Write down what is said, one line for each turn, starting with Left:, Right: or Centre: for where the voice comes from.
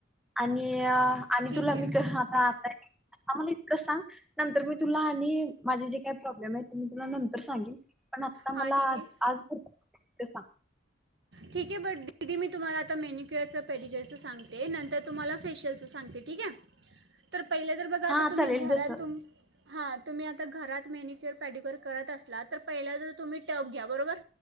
Centre: आणि आणि
Right: ठीक
Centre: तुला
Right: आहे
Centre: मी क आता आताय आ मला इतकं सांग नंतर मी तुला आणि माझे जे काय प्रॉब्लेम आहेत मी तुला नंतर सांगेन पण आता
Right: हां
Centre: मला
Right: ठीक आहे
Centre: आज ते सांग
Right: ठीक आहे बट दिदी मी तुम्हाला आता मेन्यक्यअरं पेडिक्यअरं सांगते नंतर तुम्हाला फेशियलचं सांगते ठीक आहे तर पहिलं जर बघा आता
Centre: हा
Right: तुम्ही
Centre: चालेल
Right: घरातून
Centre: जस
Right: हा तुम्ही आता घरात मेनिक्युअर पॅडिक्युअर करत असला तर पहिला ज तुम्ही टब घ्या बरोबर